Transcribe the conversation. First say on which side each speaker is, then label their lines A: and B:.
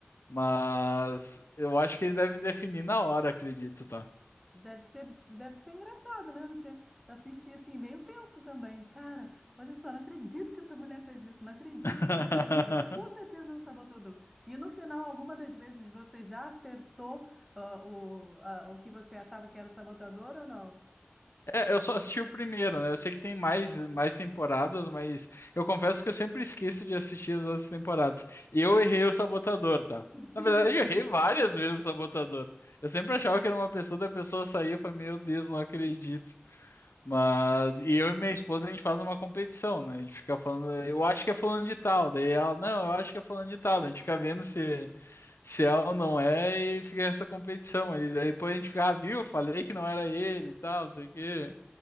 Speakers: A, on the left; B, in the centre.
A: Mas eu acho que eles devem definir na hora, acredito, tá?
B: Deve ser, deve ser engraçado, né? Você assistir assim, meio tenso também. Cara, olha só, não acredito que essa mulher fez isso, não acredito
A: <laughs>
B: que esse cara fez isso. Com certeza é um sabotador. E no final, alguma das vezes você já acertou ah, o, ah, o que você achava que era o sabotador ou não?
A: É, eu só assisti o primeiro, né? Eu sei que tem mais, mais temporadas, mas eu confesso que eu sempre esqueço de assistir as outras temporadas. E eu errei o Sabotador, tá?
B: <laughs>
A: Na verdade, eu errei várias vezes o Sabotador. Eu sempre achava que era uma pessoa, da pessoa saía e falava, meu Deus, não acredito. Mas, e eu e minha esposa, a gente faz uma competição, né? A gente fica falando, eu acho que é falando de tal. Daí ela, não, eu acho que é falando de tal. Daí A gente fica vendo se, se é ou não é e fica essa competição. E daí depois a gente fica, ah, viu? Falei que não era ele e tal, não sei o quê.